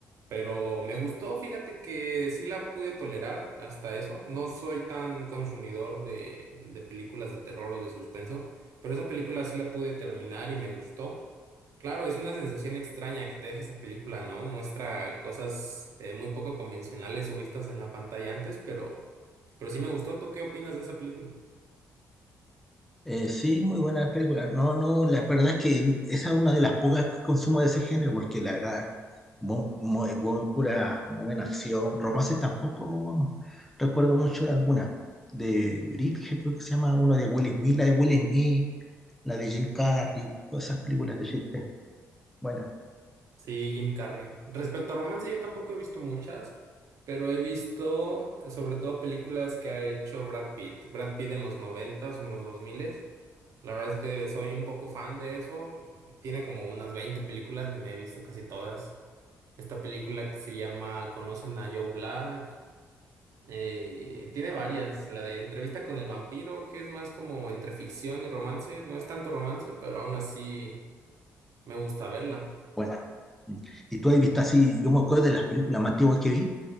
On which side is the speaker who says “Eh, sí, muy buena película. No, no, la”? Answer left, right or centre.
Centre